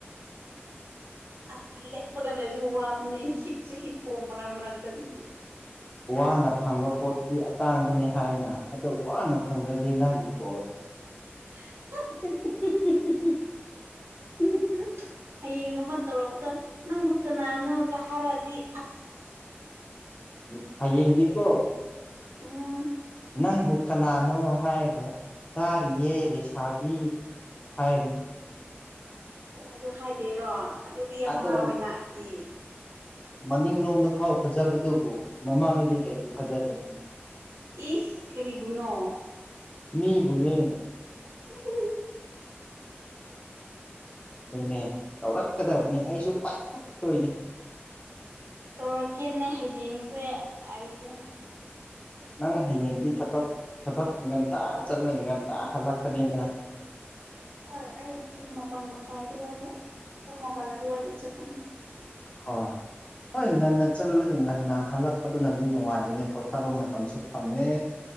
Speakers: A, on the right; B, on the left.
A: ꯑꯁ ꯂꯦꯞꯄꯒ ꯂꯩꯁꯨ ꯋꯥ ꯍꯤꯞꯁꯨ ꯍꯤꯞꯄꯣ ꯃꯔꯛ ꯃꯔꯛꯇꯗꯤ
B: ꯋꯥꯅ ꯐꯪꯕ ꯄꯣꯠꯇꯁꯤꯤ ꯑꯇꯥꯡꯕꯅꯤ ꯍꯥꯏꯅ ꯑꯗꯣ ꯋꯥꯅ ꯐꯪꯖꯒꯦ ꯅꯪꯒꯤ ꯀꯣꯜ
A: <unintelligible>
B: <unintelligible>
A: ꯎꯝ ꯍꯌꯦꯡ ꯑꯃ ꯇꯧꯔꯔꯕꯗ ꯅꯪꯕꯨ ꯀꯅꯥꯅꯣꯒ ꯍꯥꯏꯔꯛꯑꯗꯤ ꯑꯁ
B: ꯎ ꯈꯥꯏꯌꯦꯗꯤꯀꯣ
A: ꯑꯩꯗꯤ ꯎꯝ
B: ꯅꯪꯕꯨ ꯀꯅꯥꯅꯣ ꯍꯥꯏꯕ ꯇꯥꯔꯤꯌꯦ ꯂꯩꯁꯥꯕꯤ ꯍꯥꯏꯅꯤ
A: ꯑꯣ ꯑꯗꯨ ꯍꯥꯏꯗꯣꯏꯔꯣ ꯑꯗꯨꯗꯤ ꯌꯥꯝ
B: ꯑꯗꯣꯅꯦ
A: ꯍꯔꯥꯎꯋꯦꯅ ꯑꯩꯗꯤ
B: ꯃꯅꯤꯡꯂꯣꯝꯗ ꯐꯥꯎ ꯐꯖꯕꯗꯨꯕꯨ ꯃꯃꯥꯡꯗꯗꯤ ꯀꯩꯒꯤ ꯐꯖꯗꯅꯤ
A: ꯏꯁ ꯀꯔꯤꯕꯔꯤꯕꯨꯅꯣ
B: ꯃꯤꯕꯨꯣꯅꯦ
A: <unintelligible>
B: ꯑꯗꯨꯅꯦ ꯇꯧꯔꯛꯀꯗꯕꯅꯤ ꯑꯩꯁꯨ ꯄꯥꯏꯈꯠꯇꯣꯏꯅꯤ
A: ꯇꯧꯔꯛꯀꯦꯅꯦ ꯍꯌꯦꯡꯁꯦ ꯑꯩꯁꯦ
B: ꯅꯪ ꯍꯌꯦꯡꯗꯤ ꯊꯕꯛ ꯊꯕꯛ ꯉꯟꯇꯥ ꯆꯠꯂꯒ ꯉꯟꯇ ꯍꯜꯂꯛꯀꯅꯤꯗꯅ
A: ꯍꯣꯏ ꯑꯩ ꯄꯨꯡ ꯃꯥꯄꯜ ꯃꯈꯥꯏ ꯑꯗꯨꯋꯥꯏꯗ ꯄꯨꯡ ꯃꯥꯄꯜ ꯑꯗꯨꯋꯥꯏꯗ ꯆꯠꯀꯅꯤ
B: ꯍ ꯍꯣꯏ ꯉꯟꯅ ꯆꯠꯂꯒ ꯉꯟꯅ ꯍꯜꯂꯛꯄꯗꯨꯅꯗꯤ ꯅꯨꯡꯉꯥꯏꯕꯅꯦ ꯄꯣꯊꯥꯕ ꯃꯇꯝꯁꯨ ꯐꯪꯉꯦ